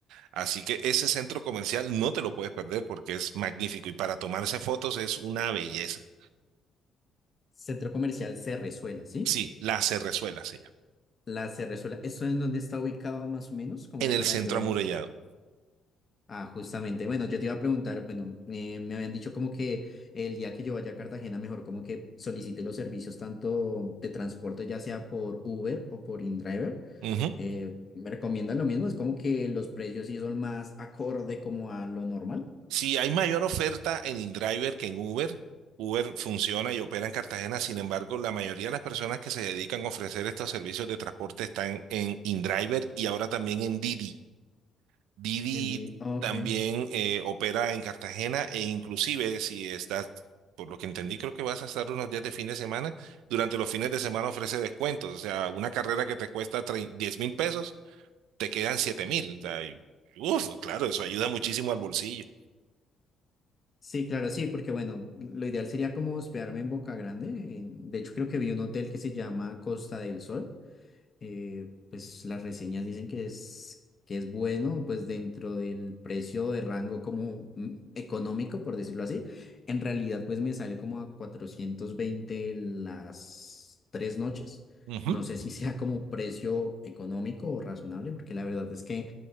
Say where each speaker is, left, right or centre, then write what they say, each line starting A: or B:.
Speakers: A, on the right (about 75°); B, on the left (about 40°).
A: Así que ese centro comercial no te lo puedes perder porque es magnífico y para tomarse fotos es una belleza.
B: Centro comercial Cerrezuela, ¿sí?
A: Sí, La Cerrezuela se llama.
B: La Cerrezuela, ¿esto es donde está ubicado más o menos? Como
A: en el
B: para
A: centro
B: yo...
A: amurallado.
B: Ah, justamente, bueno, yo te iba a preguntar, bueno, eh, me habían dicho como que el día que yo vaya a Cartagena, mejor como que solicite los servicios tanto de transporte, ya sea por Uber o por InDriver.
A: Ujú.
B: Eh, ¿me recomiendan lo mismo? Es como que los precios sí son más acorde como a lo normal.
A: Si hay mayor oferta en InDriver que en Uber, Uber funciona y opera en Cartagena, sin embargo, la mayoría de las personas que se dedican a ofrecer estos servicios de transporte están en InDriver y ahora también en Didi. Didi
B: En di- ok.
A: también eh, opera en Cartagena e inclusive si estás, por lo que entendí, creo que vas a estar unos días de fin de semana, durante los fines de semana ofrece descuentos, o sea, una carrera que te cuesta diez mil pesos te quedan siete mil. O sea, y, Uf, claro, eso ayuda muchísimo al bolsillo.
B: Sí, claro, sí, porque bueno, lo ideal sería como hospedarme en Boca Grande. en- de hecho, creo que vi un hotel que se llama Costa del Sol. eh, pues las reseñas dicen que es, que es bueno, pues dentro del precio de rango como mm, económico, por decirlo así. En realidad, pues me sale como a 420 las tres noches.
A: Ujú.
B: No sé si sea como precio económico o razonable, porque la verdad es que